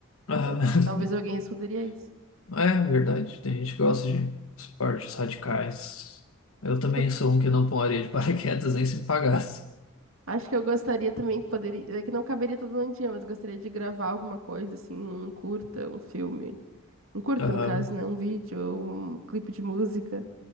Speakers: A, on the left; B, on the right.
A: Ah,
B: entendeu? Talvez alguém responderia isso.
A: <laughs> é verdade, tem gente que gosta de esportes radicais. Eu também
B: Acho que eu,
A: sou um que não pularia de <laughs> paraquedas nem se me pagasse.
B: acho que eu gostaria também, poderia, é que não caberia todo um dia, mas eu gostaria de gravar alguma coisa, assim, um curta, um filme. Um curta,
A: Aham,
B: no caso, né? Um vídeo, um clipe de música,